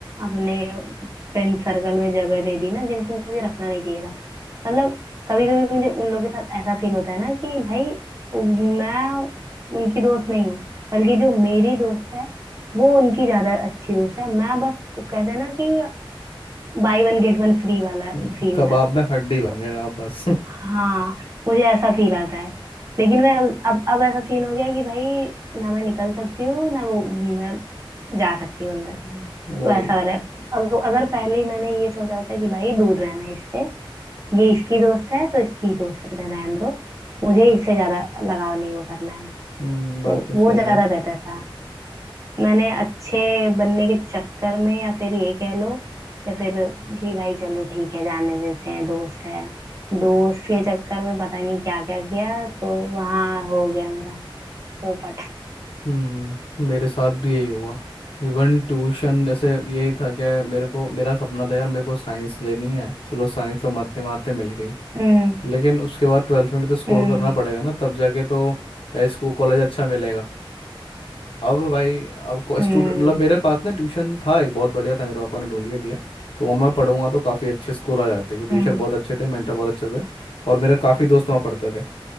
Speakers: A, on the right; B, on the left.
A: अपने फ्रेंड सर्कल में जगह दे दी ना जिनको मुझे रखना नहीं चाहिए था मतलब कभी कभी मुझे उन लोगों के साथ ऐसा फील होता है ना कि भाई मैं उनकी दोस्त नहीं हूँ बल्कि जो मेरी दोस्त है वो उनकी ज्यादा अच्छी दोस्त है मैं बस वो कहते हैं ना कि buy one get one free वाला
B: हम्म,
A: सीन
B: कबाब
A: था
B: में हड्डी बन
A: तो
B: गए आप बस
A: हाँ मुझे ऐसा फील आता है लेकिन मैं अब अब ऐसा सीन हो गया कि भाई ना मैं निकल सकती हूँ ना वो मैं जा सकती हूँ अंदर
B: हम्म। वही
A: तो ऐसा वाला है अगर अगर पहले ही मैंने ये सोचा होता कि भाई दूर रहना है इससे ये इसकी दोस्त है तो इसकी दोस्त रहना है दो मुझे इससे ज्यादा लगाव नहीं वो करना है
B: हम्म, बात
A: तो
B: तो
A: वो
B: सही
A: ज्यादा
B: है
A: बेहतर था मैंने अच्छे बनने के चक्कर में या फिर ये कह लो या फिर कि भाई चलो ठीक है जाने देते हैं दोस्त है दोस्त के चक्कर में पता नहीं क्या क्या किया तो वहां हो गया मेरा पोपट
B: हम्म मेरे साथ भी यही हुआ इवन ट्यूशन जैसे यही था क्या मेरे को मेरा सपना था यार मेरे को साइंस लेनी है चलो साइंस तो मारते मारते मिल गई
A: हम्म
B: लेकिन उसके बाद ट्वेल्थ में भी तो स्कोर
A: हम्म
B: करना पड़ेगा ना तब जाके तो इसको कॉलेज अच्छा मिलेगा अब भाई अब को
A: हम्म
B: स्टूडेंट मतलब मेरे पास ना ट्यूशन था एक बहुत बढ़िया था मेरे पापा ने ढूंढ के दिया तो वहाँ मैं पढ़ूंगा तो काफ़ी अच्छे स्कोर आ जाते क्योंकि
A: हम्म
B: टीचर बहुत अच्छे थे मेंटर बहुत अच्छे थे और मेरे काफ़ी दोस्त वहाँ पढ़ते थे